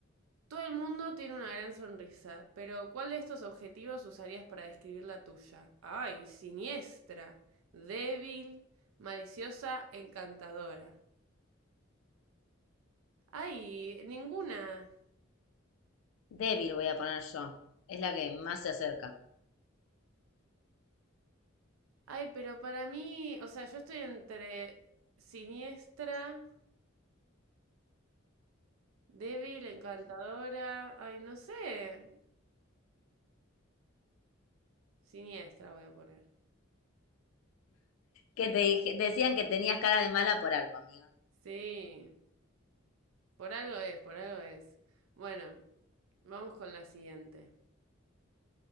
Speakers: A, on the right (about 90°); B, on the left (about 85°).
A: Todo el mundo tiene una gran sonrisa, pero ¿cuál de estos objetivos usarías para describir la tuya? Ay, siniestra, débil, maliciosa, encantadora. Ay, ninguna.
B: Débil voy a poner yo. Es la que más se acerca.
A: Ay, pero para mí, o sea, yo estoy entre siniestra, débil, encantadora, ay, no sé. Siniestra voy a poner.
B: Que te dije- decían que tenías cara de mala por algo, amiga.
A: Sí, por algo es, por algo es. Bueno, vamos con la siguiente.